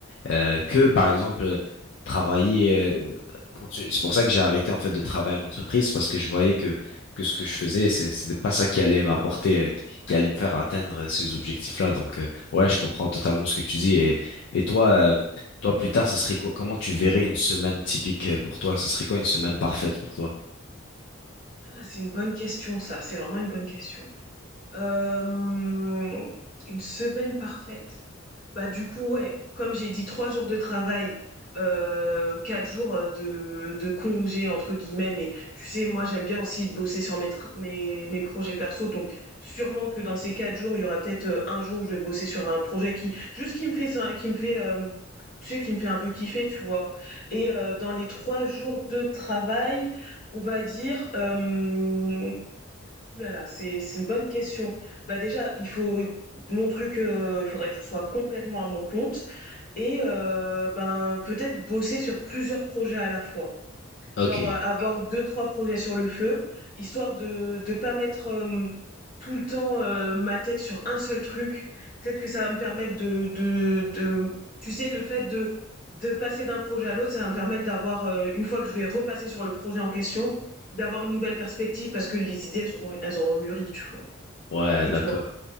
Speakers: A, on the left; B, on the left.
A: euh, que par exemple euh, travailler. euh, quand tu- c'est pour ça que j'ai arrêté en fait de travailler en entreprise parce que je voyais que que ce que je faisais, c'est- c'était pas ça qui allait m'apporter, euh, qui qui allait me faire atteindre ces objectifs-là. Donc euh, ouais, je comprends totalement ce que tu dis. Et et toi, euh, toi plus tard, ça serait quoi- comment tu verrais une semaine typique euh, pour toi? Ce serait quoi une semaine parfaite pour toi?
B: Ah, c'est une bonne question, ça. C'est vraiment une bonne question. Hem, une semaine parfaite? Bah, du coup, ouais, comme j'ai dit 3 jours de travail, heu, 4 jours, euh, de de «congés» entre guillemets, mais tu sais, moi, j'aime bien aussi bosser sur mes tr mes mes projets perso, donc sûrement que dans ces 4 jours, il y aura peut-être, heu, 1 jour où je vais bosser sur un projet qui juste qui me fait ça qui me fait, hem, tu sais, qui me fait un peu kiffer, tu vois? Et heu, dans les 3 jours de travail, on va dire, hem Ouh là là, c'est c'est une bonne question. Bah déjà, il faut mon truc, euh, faudrait que je sois complètement à mon compte et euh, ben peut-être bosser sur plusieurs projets à la fois.
A: Ok,
B: Genre, heu, avoir deux trois projets sur le feu, histoire de de pas mettre, hem, tout le temps, heu, ma tête sur un seul truc. Peut-être que ça va me permettre de de de tu sais, le fait de de passer d'un projet à l'autre, ça va me permettre d'avoir, heu, une fois que je vais repasser sur le projet en question, d'avoir une nouvelle perspective parce que les idées, elles auront elles auront mûri, tu vois?
A: ouais,
B: Et
A: d'accord.
B: toi?